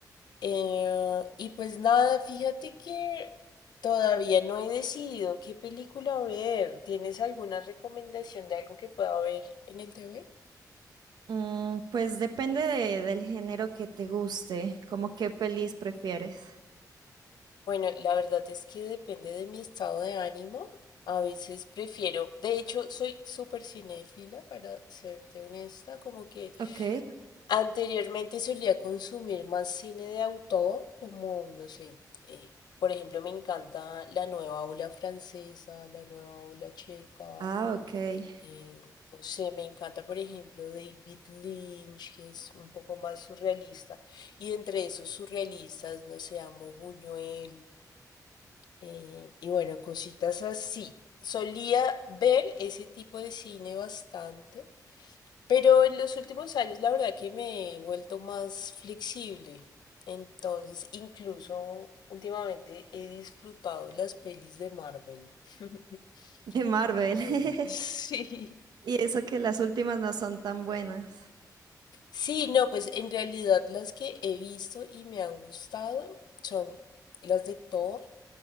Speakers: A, on the left; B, on the right.
A: Eh, y pues nada, fíjate que todavía no he decidido qué película ver. ¿Tienes alguna recomendación de algo que pueda ver en el T V
B: Mm, pues depende de- del género que te guste, como qué pelis prefieres.
A: Bueno, la verdad es que depende de mi estado de ánimo. A veces prefiero, de hecho, soy súper cinéfila, para serte honesta, como que
B: Ok.
A: anteriormente solía consumir más cine de autor, como, no sé, eh, por ejemplo, me encanta la nueva ola francesa, la nueva ola checa.
B: Ah, ok.
A: Eh, no sé, me encanta, por ejemplo, David Lynch, que es un poco más surrealista. Y entre esos surrealistas, no sé, amo Buñuel. eh, y bueno, cositas así. Solía ver ese tipo de cine bastante, pero en los últimos años la verdad que me he vuelto más flexible. Entonces, incluso últimamente he disfrutado las pelis de Marvel. <laughs>
B: De Marvel.
A: Entonces,
B: <laughs>
A: <laughs> sí.
B: Y eso que las últimas no son tan buenas.
A: Sí, no, pues en realidad las que he visto y me han gustado son las de Thor